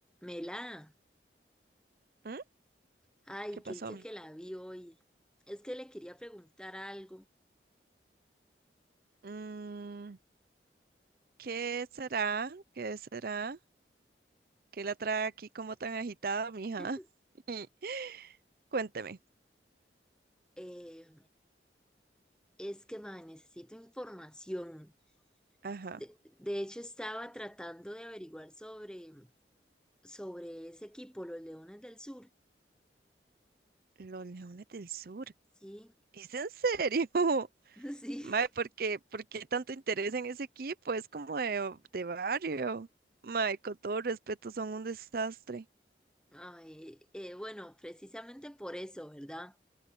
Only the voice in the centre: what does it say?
Mela,
ay,
qué dicha
que la vi hoy. Es que le quería preguntar algo.
<laughs>
Eh, es que, ma, necesito información.
De, de hecho, estaba tratando de averiguar sobre, sobre ese equipo, los Leones del Sur.
Sí,
<laughs> sí.
Ay, eh, bueno, precisamente por eso, ¿verdad?